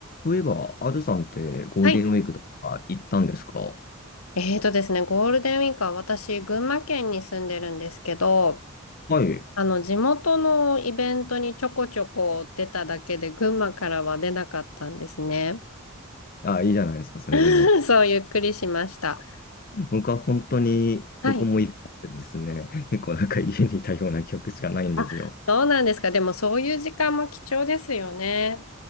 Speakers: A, on the left; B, on the left.
A: そういえば、アドさんってゴールデンウィークとか行ったんですか
B: はい。えーとですね、ゴールデンウィークは私、群馬県に住んでるんですけど、
A: はい。
B: あの、地元のイベントにちょこちょこ出ただけで、群馬からは出なかったんですね。
A: あ、いいじゃないですか、それでも。
B: <laughs> そう、ゆっくりしました。
A: 僕は本当にどこも行ってですね、
B: はい。
A: <laughs> 結構なんか家にいたような記憶しかないんですよ。
B: あ、そうなんですか。でも、そういう時間も貴重ですよね。